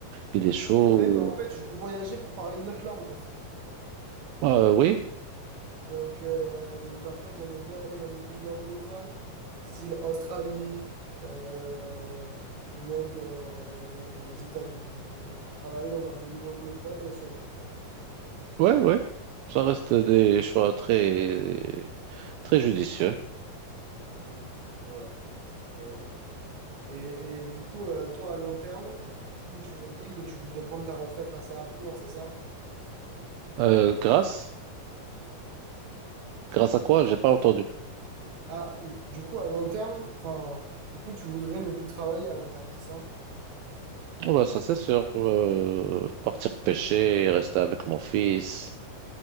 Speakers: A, on the right; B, on the right.
A: Il est chaud.
B: c'est vrai, mais en fait, je veux voyager pour parler une autre langue.
A: Ah, oui,
B: Donc, euh, donc en fait, j'aimerais bien aller dans des pays anglophones, style Australie, euh, ou même euh, les États-Unis. Travailler dans un pays anglophone au soleil, quoi.
A: ouais, ouais. Ça reste des choix très, très judicieux.
B: Mhm. Voilà. Voilà, voilà. Et, et du coup, euh, toi, à long terme, du coup, tu me dis que tu voudrais prendre ta retraite assez rapidement, c'est ça?
A: Euh, grâce? Grâce à quoi?
B: J'ai-
A: J'ai pas entendu.
B: Ah, du coup, à long terme, enfin, du coup, tu voudrais ne plus travailler à long terme, c'est ça?
A: Oh, bah, ça, c'est sûr. Euh, partir pêcher, rester avec mon fils.